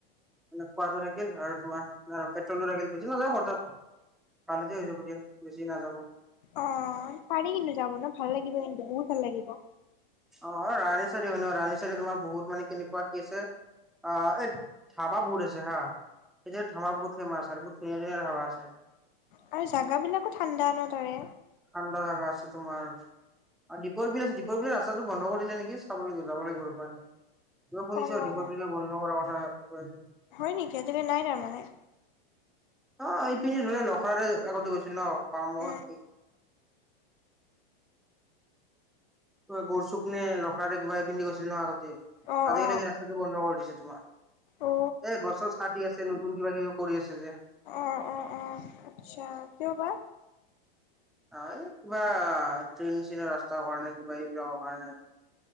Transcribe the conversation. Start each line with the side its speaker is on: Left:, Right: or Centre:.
Centre: মানে খোৱাটো থাকিল আৰু তোমাৰ- পেট্ৰলৰ লাগিল বেছি নাযাব খৰচা তালৈকে হৈ যাব দিয়া বেছি নাযাব।
Left: অ পাৰি কিন্তু যাব ন ভাল লাগিব কিন্তু বহুত ভাল লাগিব।
Centre: অ ৰাহি চাহি শুন ৰাহি চাৰি তোমাৰ বহুত মানে কেনেকুৱা কি আছে। আহ এই ধাবা বহুত আছে হা। এতিয়া ধাবা বহুত ফেমাচ বহুত ধুনীয়া ধুনীয়া ধাবা আছে।
Left: আৰু জাগা বিলাকো ঠাণ্ডা ন তাৰে।
Centre: ঠাণ্ডা জাগা আছে তোমাৰ। আৰু দ্বীপৰ বিল আছে দ্বীপৰ বিল ৰাস্তাটো বন্ধ কৰিলে নেকি চাবলৈ যাব লাগিব ৰবা। কোৱা শুনিছোঁ
Left: অ',
Centre: দ্বীপৰ বিলৰ বন্ধ কৰাৰ কথা কৈ আছে।
Left: হয় নেকি তুমি নাই তাৰমানে?
Centre: অ এই পিন্ধি ধৰি নখৰাইৰে আগতে গৈছিল ন পাম মই
Left: উম।
Centre: গুৰ চুপ নে লখৰাৰে কিবা এইপিনি দি গৈছিলি ন আগতে
Left: অ',
Centre: আজিকালি
Left: অ',
Centre: সেই ৰাস্তাটো বন্ধ কৰি দিছে তোমাৰ।
Left: অ',
Centre: এ গছ চছ কাটি আছে নতুন কিবা কিবি কৰি আছে যে।
Left: অ অ অ আতচ্ছা কিয় বা?
Centre: অ এই কিবা ট্ৰেইন চেইন ৰাস্তা কাৰণে কিবা এইবিলাকৰ কাৰণে।